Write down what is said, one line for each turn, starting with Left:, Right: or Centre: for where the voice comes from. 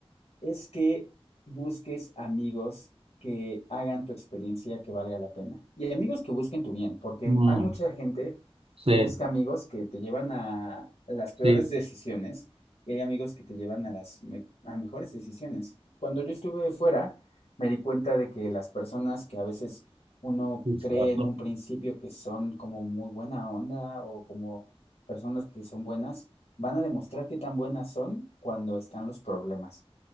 Left: es que busques amigos que hagan tu experiencia que valga la pena. Y amigos que busquen tu bien, porque
Right: Mm,
Left: hay mucha gente
Right: sí,
Left: que busca amigos que te llevan a las peores
Right: sí,
Left: decisiones y hay amigos que te llevan a las me- a mejores decisiones. Cuando yo estuve fuera, me di cuenta de que las personas que a veces uno
Right: sí,
Left: cree
Right: cierto.
Left: en un principio que son como muy buena onda o como personas que son buenas, van a demostrar qué tan buenas son cuando están los problemas.